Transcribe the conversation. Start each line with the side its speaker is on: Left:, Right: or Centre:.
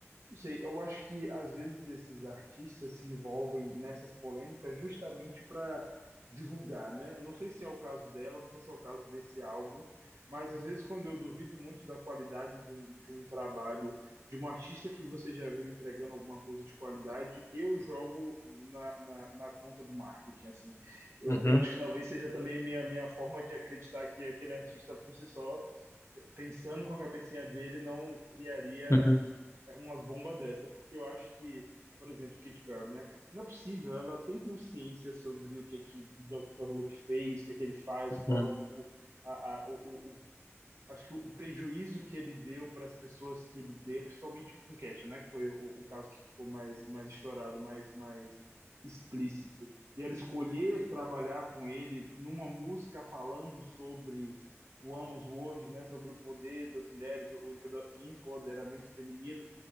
Right: Não sei, eu acho que às vezes esses artistas se envolvem nessas polêmicas justamente para divulgar, né? Eu Não sei se é o caso dela, não sei se é o caso desse álbum, mas às vezes quando eu duvido muito da qualidade de um, de um trabalho de um artista que você já viu entregando alguma coisa de qualidade, eu jogo na, na, na conta do marketing, assim. Eu,
Left: Uhum.
Right: eu acho que talvez seja também minha minha forma de acreditar que aquele artista por si só, pensando com a cabecinha dele, não criaria
Left: Uhum,
Right: é, umas bombas dessa, porque eu acho que, por exemplo, Kate Perry, né? Não é possível, ela tem consciência sobre o que é que Dr. Luke fez, o que é que ele faz, qual
Left: uhum,
Right: o, o, a, a, o, o acho que o prejuízo que ele deu para as pessoas que ele deu, principalmente com Kesha, né, que foi o, o, caso que ficou mais mais estourado, mais mais explícito. E ela escolher trabalhar com ele numa música falando sobre o Amos World, né, sobre o poder das mulheres, o empoderamento feminino,